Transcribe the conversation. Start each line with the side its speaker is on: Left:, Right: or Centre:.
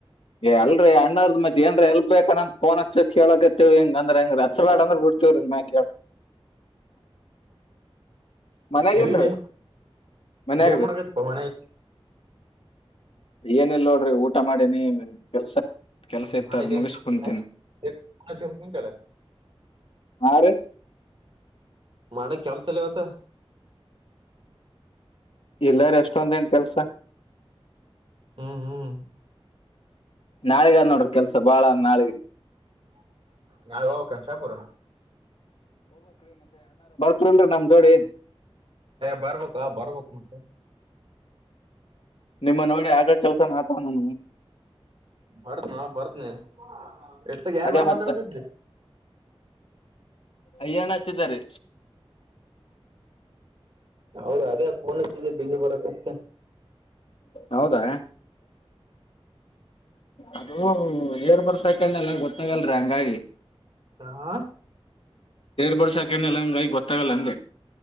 Left: ಏ ಅಲ್ರಿ ಅಣ್ಣದ್ ಮತ್ತತ್ ಏನ್ರಿ ಎಲ್ ಬಬೇಕ ಅಂತ ತೋನ್ ಹಚ್ಚ ಕೇಳಕತ್ತವ ಹ ಹೆಂಗಂದ್ರ ಹೆಂಗ ಹಚ್ಬಡಂದ್ರ ಬಿ <inaudible> ಮನೆಗೇ
Right: ಎಲ್ಲಿದೆ
Left: ಇಲ್ರಿ ಏನ್ ಮನ್ ಆಗದೆ
Right: ಏನ್ ಮಾಡಕೈತಿ ಮನೆ
Left: ಏನಿಲ್ಲ ನೋಡ್ರಿ ಊಟ ಮಾಡಿನಿ ಕೆಲ್ಸ ಕ್ಯಲ್ಸ ಎತಾತ್
Right: ಮಾಡಕ್
Left: ಮುಗೇಶ
Right: ಏನ್ ಕೆಲ್ಸ
Left: ಕುತ
Right: ಕುಂತಲ್ಲ
Left: ಹ ರ
Right: ಮಾಡ ಕೆಲ್ಸಲ್ಲವತ್ತ
Left: ಎಲ್ಲಾರ ಎಷ್ಟೊಂದೇನ್ ಕೆಲ್ಸ
Right: ಹ್ಮ್ ಹ್ಮ್
Left: ನಾಳಗ ನೋಡ್ರಿ ಕೆಲ್ಸ ಬಾಳ ನಾಳೆಗ
Right: ನಳು ಬಬು ಕಂಕ್ಷಾಪುರ
Left: ತ್ರಿ ನಮ್ ಜೋಡ ನ್
Right: ಬರ್ಬೇಕ ಬರ್ಬೇಕಕ್ ಮತ್ತೆ
Left: ನಿಮ್ಮ ನೋಡಿ ಆಗ ಕೆಲ್ಸನ ಆತವಾನ
Right: ಬರ್ತ್ನ ಬರ್ತ್ನನಿ ಎತ್ತ ಯಾರ್
Left: ಅದೇ
Right: ಕೂಡ
Left: ಮತ್ತ
Right: ಮಾತಾಡಕಿದೆ
Left: ಅಯ್ಯಾನ ಹಚ್ಚಿದರಿ
Right: ಹೌದ ಅದೇ ಫೋನ್ ಹಚ್ಚಿದ ಬ್ಯುಸಿ ಬರತಿತು
Left: ಹೌದಾ ಅದು ಏರ್ ಬುರ್ಡ್ಸ್ ಅಕಿನದ್ನಲ್ಲ ಗೊತ್ತಾಗಲ್ರಿ ಹಂಗಾಗಿ
Right: ಹಾ
Left: ಏರ್ ಬರ್ಡ್ಸ್ ಆಕಿದ್ನಲ್ಲ ಹಂಗಾಗಿ ಗೊತ್ತಾಗಲ್ಲ ಅಂದೆ